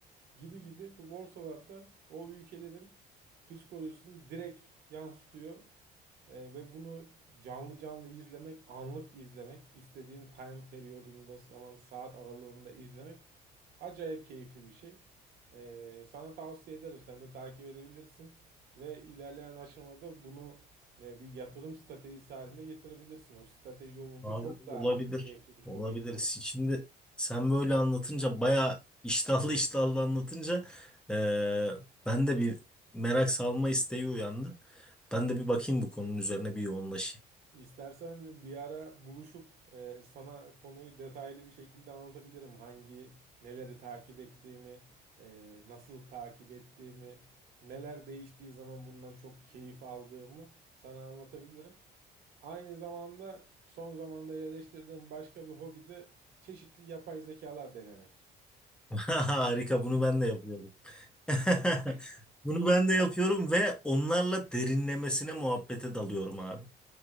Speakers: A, on the right; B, in the centre.
A: Gibi gibi bu borsalarda o ülkelerin psikolojisini direkt yansıtıyor. Ee, ve bunu canlı canlı izlemek, anlık izlemek, istediğin time periyodunda, zaman saat aralığında izlemek acayip keyifli bir şey. Ee, sana tavsiye ederim. Sen de takip edebilirsin ve ilerleyen aşamada bunu e, bir yatırım stratejisi haline getirebilirsin. O strateji olunca
B: Abi
A: çok daha
B: olabilir.
A: keyifli bir hobiye
B: Olabilir.
A: dönüşür.
B: Si, Şimdi sen böyle anlatınca bayağı iştahlı iştahlı anlatınca eee, ben de bir merak salma isteği uyandı. Ben de bir bakayım bu konunun üzerine bir yoğunlaşayım.
A: İstersen bir ara buluşup e, sana konuyu detaylı bir şekilde anlatabilirim. Hangi neleri takip ettiğimi, e, nasıl takip ettiğimi, neler değiştiği zaman bundan çok keyif aldığımı sana anlatabilirim. Aynı zamanda son zamanda yerleştirdiğim başka bir hobi de çeşitli yapay zekalar denemek.
B: <laughs> Harika bunu ben de yapıyorum. <laughs>
A: <laughs>
B: Bunu ben de yapıyorum ve onlarla derinlemesine muhabbete dalıyorum abi.